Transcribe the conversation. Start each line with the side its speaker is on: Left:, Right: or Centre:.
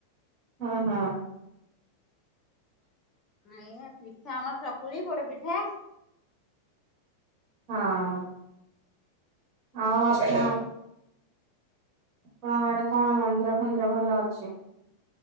Right: ହଁ ହଁ
Left: ଆଇୟା ପିଠା ଆମର ଚକୁଳି ପୋଡ ପିଠା।
Right: ହଁ ଆଉ
Left: ଏଇଆ
Right: ଆପଣ?
Left: ଆଉ
Right: ଆପଣଙ୍କ ଆଡେ କଣ ମନ୍ଦିର ଫନ୍ଦିର ଭଲ ଅଛି?